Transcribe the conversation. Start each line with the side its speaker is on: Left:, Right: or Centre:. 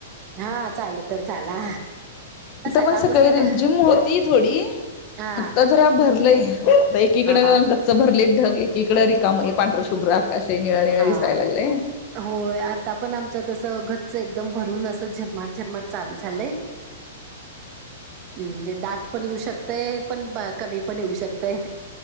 Right: हा चालू तर झाला.
Left: इथं
Right: सकाळपासून
Left: पण सकाळी रिम
Right: ठ-
Left: जिम होती थोडी
Right: हा
Left: आत्ता जरा भरलंय आता एकीकड
Right: हा
Left: गच्च गच्च भरलेत ढग एकीकड रिकाम पांढर शुभ्र आकाश ये निळ निळ
Right: हा
Left: दिसाय लागलय.
Right: होय आता पण आमच्यात असं घच्च एकदम भरून असं झिरमाट झिरमाट चालू झालंय.
Left: <unintelligible>
Right: म्हणजे दाट पण येऊ शकतय पण कमी पण येऊ शकतय.